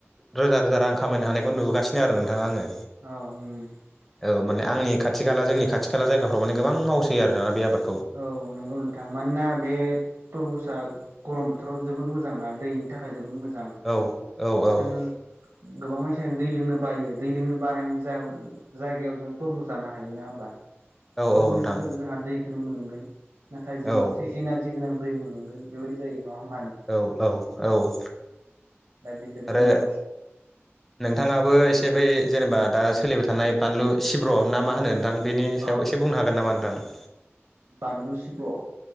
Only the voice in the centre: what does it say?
रोजा रोजा रां खामायनो हानायखौ नुगासिनो आरो नोंथाङा आङो
औ माने आंनि खाथि खाला जोंनि खाथि खाला जायगाफ्राव माने गोबां मावसै आरो दाना बे आबाद
औ - औ - औ
औ
औ नोंथां
औ
औ औ औ
आरो
नोंथांङाबो एसे जे बै जेनेबा दा सोलिबाय थानाय बानलु सिब्र' ना मा होनो नोंथां बेनि
सायाव एसे बुंनो हागोन नामा नोंथां <inaudible>